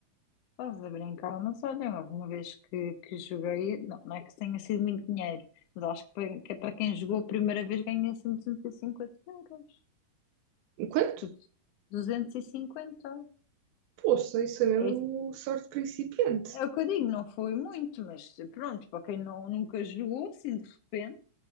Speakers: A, on the left; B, on the right.
A: Estás a brincar, mas olha, houve uma vez que, que joguei, não, não é que tenha sido muito dinheiro, mas acho que, para- que é para quem jogou a primeira vez ganha assim 250 euros.
B: Enquanto?
A: Tipo, 250.
B: Poxa, isso é mesmo
A: É, isso-
B: sorte principiante.
A: é o que eu digo, não foi muito, mas pronto, para quem não, nunca jogou, assim de repente.